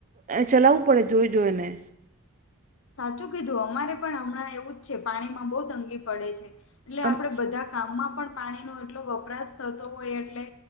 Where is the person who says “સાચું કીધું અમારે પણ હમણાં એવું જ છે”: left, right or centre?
Left